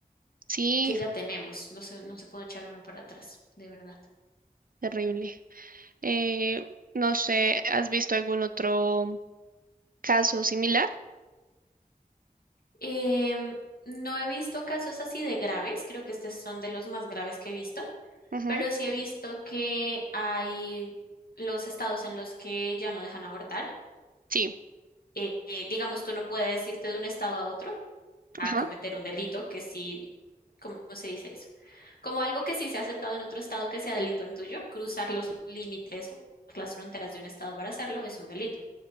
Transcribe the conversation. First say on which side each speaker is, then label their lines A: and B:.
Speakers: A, on the right; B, on the left.
A: sí,
B: que ya tenemos. No se, no se puede echar uno para atrás, de verdad.
A: terrible. Eh, no sé, ¿has visto algún otro caso similar?
B: Em, no he visto casos así de graves. Creo que estos son de los más graves que he visto.
A: Ujú,
B: Pero sí he visto que hay los estados en los que ya no dejan abortar
A: Sí,
B: eh, eh, digamos, tú no puedes irte de un estado a otro a
A: ajá.
B: cometer un delito que sí, ¿cómo se dice eso? Como algo que sí se ha aceptado en otro estado que sea delito en tuyo, cruzar los límites o las fronteras de un estado para hacerlo es un delito.